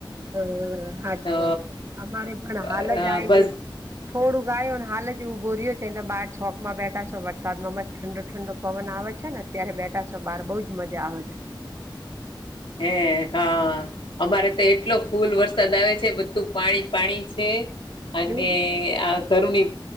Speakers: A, on the right; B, on the left.
A: હ સાાચી
B: તો
A: વાત છે. અમારે પણ
B: અ,
A: હાલ જ આયલું.
B: બસ
A: થોડું આયો અને હાલ જ ઉભો રહ્યો છે. ને બહાર ચોકમાં બેઠા છે. વરસાદમાં મસ્ત ઠંડો ઠંડો પવન આવે છે ને અત્યારે બેઠા છો. બહાર બહુજ મજા આવે છે.
B: હેં હા અમારે તો એટલો ફૂલ વરસાદ વરસાદ આવે છે. બધું પાણી પાણી છે અને
A: એવું થઈ
B: આ ઘરની